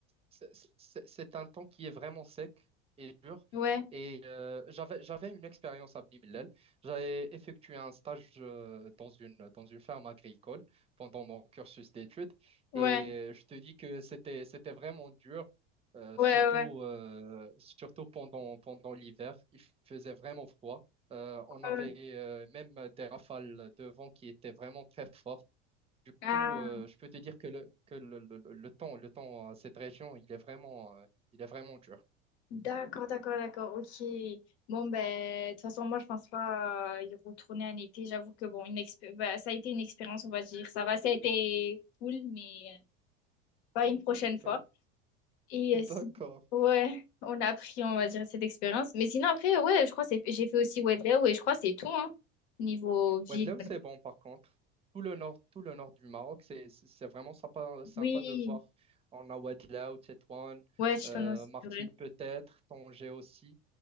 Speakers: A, on the right; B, on the left.
A: c'est- c'est- c'est un temps qui est vraiment sec et dur.
B: Ouais,
A: Et euh, j'avais j'avais une expérience à Bimilel. J'avais effectué un stage euh, dans une dans une ferme agricole pendant mon cursus d'études.
B: ouais,
A: Et euh, je te dis que c'était c'était vraiment dur, euh,
B: ouais,
A: surtout
B: ouais.
A: euh, surtout pendant pendant l'hiver. Il faisait vraiment froid. Euh, on avait
B: ouais.
A: euh, même des rafales de vent qui étaient vraiment très fortes. Du
B: Ah.
A: coup, euh, je peux te dire que le, que le, le, le- le temps, le temps à cette région, il est vraiment, euh, il est vraiment dur.
B: D'accord, d'accord, d'accord, ok. Bon, ben, de toute façon, moi, je pense pas euh, y retourner en été. J'avoue que, bon, une expé- ben, ça a été une expérience, on va dire. Ça va, ça a été cool, mais euh, pas une prochaine fois.
A: Ouais.
B: Et
A: <laughs> D'accord.
B: euh, si... ouais, on a appris, on va dire, cette expérience. Mais sinon, après, ouais, je crois que c'est- j'ai fait aussi Wedlow ouais je crois que c'est tout, hein, niveau ville.
A: Ouadlaou, c'est bon par contre. Tout le nord, tout le nord du Maroc, c'est c'est- c'est vraiment sympa, sympa
B: Oui,
A: de voir. On a Ouadlaou, Tétouan,
B: ouais, Chitono
A: euh,
B: aussi,
A: Martil
B: c'est vrai.
A: peut-être, Tanger aussi.